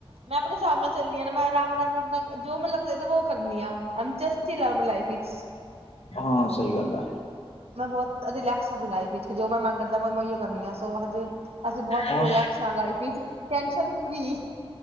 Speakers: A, on the right (about 80°); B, on the left (about 85°).
A: ਮੈਂ ਆਪਣੇ ਸਾਬ ਨਾਲ ਚੱਲਣੀ ਆ ਨਾ ਮੈਂ ਰਾਮ, ਰਾਮ, ਰਾਮ ਦਾ ਜੋ ਮੈਨੂੰ ਕਰਨੀ ਆ ਐਮਚਸ ਲ ਲਾਈਫ ਵਿੱਚ
B: ਹਾਂ ਸਹੀ ਗੱਲ ਆ
A: ਮੈਂ ਬਹੁਤ ਰਿਲੈਕਸ ਆਪਣੀ ਲਾਈਫ ਵਿਚ ਜੋ ਮੈਂ ਮੰਨ ਕਰਦਾ, ਮੈਂ ੳਹੀ ਕਰਨੀ ਆ ਸੋ ਹੇ ਅਸੀਂ ਬਹੁਤ
B: ਹਾਂ
A: ਰਿਲੇਕਸ ਲਾਈਫ ਵਿੱਚ ਟੈਨਸ਼ਨ ਫ੍ਰਰੀ